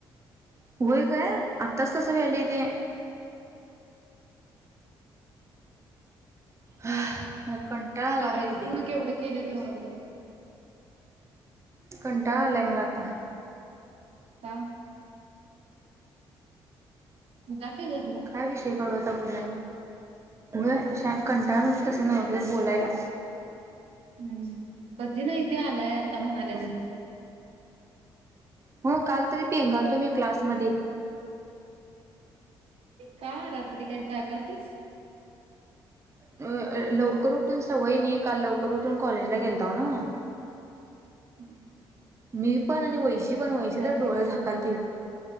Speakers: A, on the right; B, on the right.
A: व्हय काय आत्ताच तस व्हयले ते. ह मला कंटाळा आलाय
B: सगळं
A: व्हय दीदी.
B: पूर्ण <unintelligible>
A: कंटाळा आलाय मला आता.
B: का जा की घरला
A: काय विषय काढू आता बोलायला <unintelligible> बोलायला
B: हम्म कधी नाही ते आलाय आता म्हणाल्यास बघ
A: <unintelligible>
B: तू
A: हो काल तरी पिंगाल तो मी क्लासमध्ये.
B: का रात्री काय जागा होतीस.
A: अ अ लवकर उठून सवय नाही काल लवकर उठून कॉलेजला गेलतो ना.
B: हम्म
A: मी पण आणि वैशी पण वैशी तर डोळे
B: पाहिजे
A: झाकालतील.
B: की